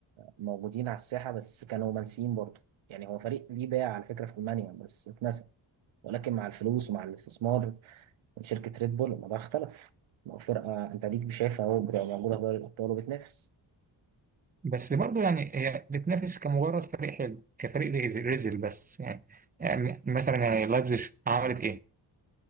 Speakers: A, on the right; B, on the right.
A: موجودين على الساحه بس كانوا منسيين برضه يعني هو فريق ليه باع على فكره في المانيا بس اتنسى ولكن مع الفلوس ومع الاستثمار شركة ريد بول الموضوع اختلف لو فرقة انت ليك شايفها اهو بتبقى موجودة في دوري الأبطال وبتنافس
B: بس برضه يعني هي بتنافس كمجرد فريق حلو كفريق ريزل, ريزل بس يعني, يعني مثلا يعني لايبزيج عملت ايه؟